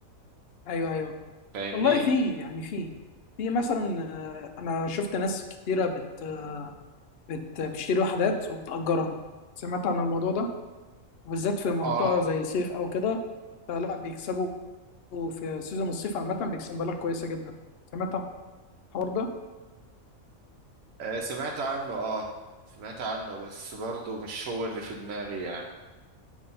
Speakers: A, on the left (about 60°); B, on the right (about 75°).
A: ايوه ايوه
B: فاهمني
A: والله في يعني في في مثلا آه، انا شفت ناس كتيره بت بت بتشتري وحدات وبتأجرها سمعت عن الموضوع ده وبالذات في منطقه
B: اه
A: زي صيف او كده فلا بيكسبوا في سيزون الصيف عامه بيكسبوا مبالغ كويسه جدا سمعت عن الحوار ده
B: آه، سمعت عنه اه سمعت عنه بس برضو مش هو اللي في دماغي يعني